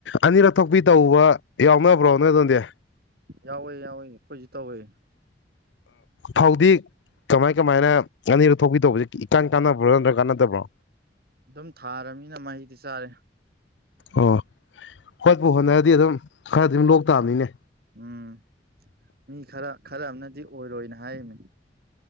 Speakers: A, on the left; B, on the right.
A: ꯑꯅꯤꯔꯛ ꯊꯣꯛꯄꯤ ꯇꯧꯕ ꯌꯥꯎꯅꯕ꯭ꯔꯣ ꯅꯣꯏ ꯑꯗꯨꯗꯤ
B: ꯌꯥꯎꯋꯦ ꯌꯥꯎꯋꯦ ꯑꯩꯈꯣꯏꯁꯨ ꯇꯧꯋꯦ
A: ꯐꯥꯎꯗꯤ ꯀꯃꯥꯏ ꯀꯃꯥꯏꯅ ꯑꯅꯤꯔꯣ ꯊꯣꯛꯄꯤ ꯇꯧꯕꯁꯦ ꯏꯀꯥꯟ ꯀꯥꯟꯅꯕ꯭ꯔꯣ ꯅꯠꯇ꯭ꯔꯒ ꯀꯥꯟꯅꯗꯕ꯭ꯔꯣ
B: ꯑꯗꯨꯝ ꯊꯥꯔꯅꯤꯅ ꯃꯍꯩꯗꯤ ꯆꯥꯔꯦ
A: ꯑꯣ ꯍꯣꯏꯣꯏꯄ ꯍꯣꯠꯅꯔꯗꯤ ꯑꯗꯨꯝ ꯈꯔꯗꯤ ꯑꯗꯨꯝ ꯂꯣꯛ ꯇꯥꯕꯅꯤꯅꯦ
B: ꯎꯝ ꯃꯤ ꯈꯔ ꯈꯔ ꯑꯃꯅꯗꯤ ꯑꯣꯏꯔꯣꯏꯅ ꯍꯥꯏꯅꯤ